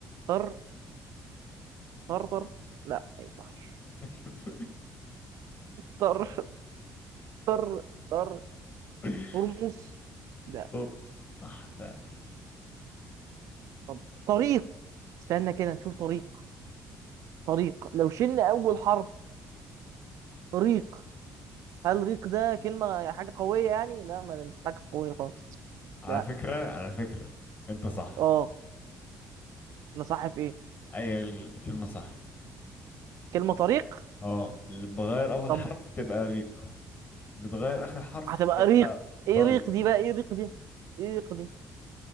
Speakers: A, on the right (about 70°); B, on the left (about 35°).
A: طر طر طر لا ما ينفعش
B: انت بتقول
A: طر طر طر
B: ايه
A: ترمس لا
B: طب صح فعلا
A: طب طريق استنى كده نشوف طريق طريق لو شلنا اول حرف ريق هل ريق ده كلمه يعني حاجه قويه يعني لا ما ده مش حاجه قويه خالص
B: على
A: لا
B: فكرة على فكرة انت صح
A: اه انا صح في ايه
B: اي الكلمة صح
A: كلمه طريق
B: اه اللي بغير اول
A: طب
B: حرف تبقى ريق بتغير اخر حرف
A: هتبقى
B: تبقى
A: ريق ايه
B: طري
A: ريق دي بقى ايه ريق دي ايه ريق دي